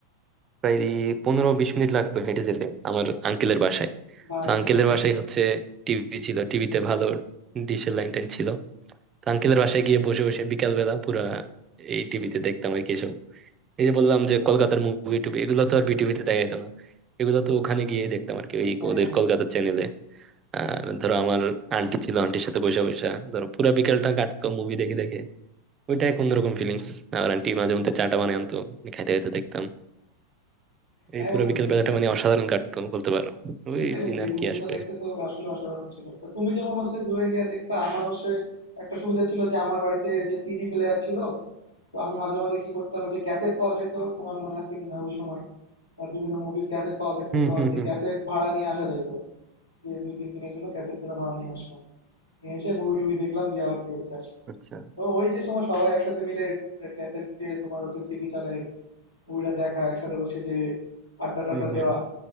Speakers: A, on the right; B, on the left.
A: প্রায় পনেরো বিশ মিনিট লাগতো হেঁটে যেতে আমার আঙ্কেলের বাসায়
B: ভাই
A: তো আঙ্কেলের
B: রে ভাই
A: বাসায় হচ্ছে টিভি ছিল টিভিতে ভালো ডিশের লাইন টাইন ছিল তো আঙ্কেলের বাসায় গিয়ে বসে বসে বিকাল বেলা পুরা এই টিভিতে দেখতাম আর কি এসব এই যে বললাম যে কলকাতার মুভি টুভি এগুলো তো আর বিটিভিতে দেখা যেত না এগুলো তো ওখানে গিয়ে দেখতাম আর কি ওই
B: হ্যাঁ
A: ওদের
B: হ্যাঁ
A: কলকাতার চ্যানেলে আর ধরো আমার আন্টি ছিল আন্টির সাথে বসে বসে ধরো পুরা বিকালটা কাটতো মুভি দেখে দেখে ওইটা এক অন্যরকম ফিলিংস আর আন্টি মাঝে মধ্যে চাটা বানিয়ে আনতো আমি খাইতে খাইতে দেখতাম
B: হ্যাঁ
A: এই পুরো
B: বন্ধু
A: বিকেল
B: বুঝতে
A: বেলাটা মানে অসাধারণ কাটতো বলতে পারো ওই
B: সেটাই বন্ধু
A: দিন
B: এই
A: আর
B: মুভিগুলো
A: কি আসবে
B: দেখতে তো আসলে অসাধারণ ছিল তো তুমি যেমন হচ্ছে দূরে গিয়ে দেখতে আমার হচ্ছে একটা সুবিধা ছিল যে আমার বাড়িতে যে সিডি প্লেয়ার ছিল তো আমি মাঝে মাঝে কি করতাম ওই যে ক্যাসেট পাওয়া যেত তোমার মনে আছে কিনা ওই সময় আর বিভিন্ন মুভির ক্যাসেট পাওয়া যেত
A: হুম
B: তো
A: হুম
B: ওই যে
A: হুম
B: ক্যাসেট ভাড়া নিয়ে আসা যেত যে দুই তিন দিনের জন্য ক্যাসেট গুলো ভাড়া নিয়ে আসলাম নিয়ে এসে মুভি টুভি দেখলাম দিয়ে আবার ফেরত দিয়ে আসলাম
A: আচ্ছা
B: তো ওই যে সময় সবাই একসাথে মিলে ক্যাসেট দিয়ে তোমার হচ্ছে সিডি চালায় মুভিটা দেখা একসাথে বসে যে আড্ডা টাড্ডা
A: হুম হুম
B: দেওয়া